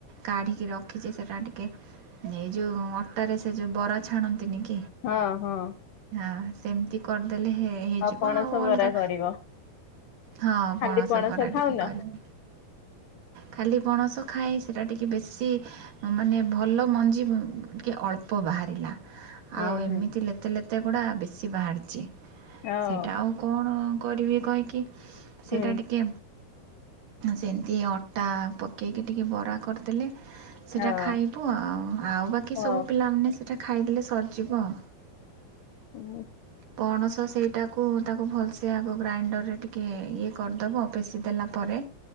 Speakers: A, on the right (about 65°); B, on the left (about 75°).
A: କାଢ଼ିକି ରଖିଛି ସେଇଟା ଟିକେ ନେଇଯୁ ଯୋଉ ଅଟାରେ ସେ ଯୋଉ ବରା ଛାଣନ୍ତିନି କି?
B: ହଁ ହଁ।
A: ହଁ ସେମିତି କରିଦେଲେ ହେ ହେଇଯିବ।
B: ପଣସ
A: ଆଉ ଅଲଗା
B: ବରା କରିବ।
A: ହଁ
B: ଖାଲି
A: ପଣସ ପରା
B: ଖାଉନ?
A: ଟିକେ କରିବି। ଖାଲି ପଣସ ଖାଇ ସେଇଟା ଟିକିେ ବେଶୀ ମାନେ ଭଲ ମଞ୍ଜି ଟିକିଏ ଅଳ୍ପ ବାହାରିଲା।
B: ହୁଁ
A: ଆଉ ଏମିତି
B: ହୁଁ
A: ଲେତେ ଲେତେ ଗୁଡା ବେଶୀ ବାହାରିଛି
B: ହଁ
A: ସେଇଟା ଆଉ କଣ? କରିବି କହିକି ସେଇଟା
B: ହୁଁ
A: ଟିକେ ସେମିତି ଅଟା ପକେଇକି ଟିକେ ବରା କରିଦେଲେ ସେଇଟା
B: ହଁ
A: ଖାଇବୁ ଆଉ ଆଉ ବାକି
B: ହଁ
A: ସବୁ ପିଲାମାନେ ସେଇଟା ଖାଇଦେଲେ ସରିଯିବ ଆଉ।
B: ହୁଁ।
A: ପଣସ ସେଇଟା କୁ ତାକୁ ଭଲସେ ଆଗ ଗ୍ରାଇଣ୍ଡରରେ ଟିକେ ଇଏ କରିଦେବ ପେଶି ଦେଲା ପରେ